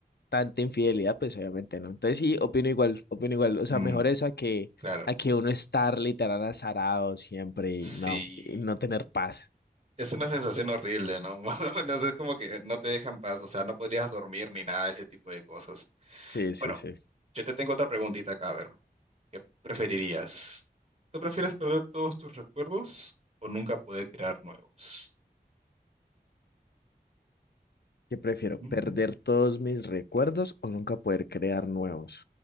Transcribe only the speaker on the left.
tanta infidelidad, pues obviamente no. Entonces sí, opino igual, opino igual. O sea,
mejor eso a que,
a que uno estar literal azarado siempre y
no, y no tener paz.
Sí, sí,
sí.
¿Qué prefiero?
¿Perder todos mis recuerdos o nunca poder crear nuevos?